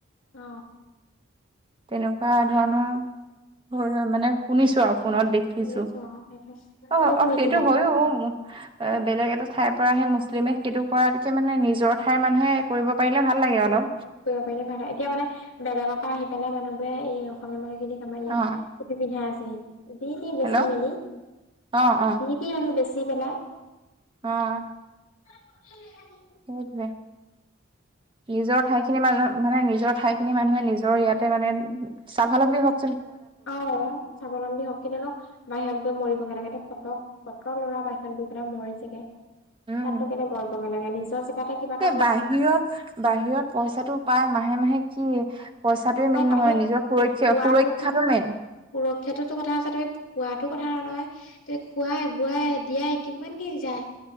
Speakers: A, on the left (about 75°); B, on the right (about 25°).
A: অ
B: তেনেকুৱা ধৰণৰ হৈ, মানে শুনিছো আৰু। ফোনত দেখিছো
A: শুনিছো অ সেইটো
B: অ'-অ',
A: মইও শুনিছো
B: সেইটো
A: বাৰু
B: হয়ো অ, মোৰ অ, বেলেগ এটা ঠাইৰ পৰা আহি মুছলিমে সেইটো কৰা দেখি মানে নিজৰ ঠাইৰ মানুহে কৰিব পাৰিলে ভাল লাগে
A: অ',
B: অলপ
A: কৰিব পাৰিলে ভাল হয়, এতিয়া মানে বেলেগৰ পৰা আহি পেলাই মানুহবোৰে এই অসমীয়া মানুহ খিনিক আমাৰ ইয়াত
B: অ
A: টুপী-পিন্ধাই আছেহি। যি-টি বেছি
B: হেল্ল'
A: মেলি,
B: অ অ
A: যি-টি আনি বেছি পেলাই।
B: অ'।
A: হ <inaudible>
B: সেইটোৱেই, নিজৰ ঠাইখিনি মাজত মানে নিজৰ ঠাই খিনি মানুহে নিজৰ ইয়াতে মানে স্বাৱলম্বী হ
A: অ', স্বাৱলম্বী হওক <unintelligible> বাহিৰত গৈ মৰিব গে লাগে, কত-কত ল'ৰা বাহিৰা গৈ পেলাই মৰিছে গে।
B: উম
A: তাতো কেলে মৰিব গে লাগে নিজৰ জেগাতে কিবা এটা
B: এই
A: কৰচোন,
B: বাহিৰত-বাহিৰত পইচাটো পাই মাহে-মাহে কি পইচাটোৱেই
A: আৰু
B: মেইন
A: বাহিৰত
B: নহয় নিজৰ সুৰক্ষা-সুৰক্ষাটো
A: পোৱাটোতো
B: মেইন।
A: সুৰক্ষাটোতো কথা আছে, তুমি পোৱাতো কথা ন <unintelligible> -নহয় তুমি খোৱাই-বোৱাই, দিয়াই, কিমানকিনি যায়।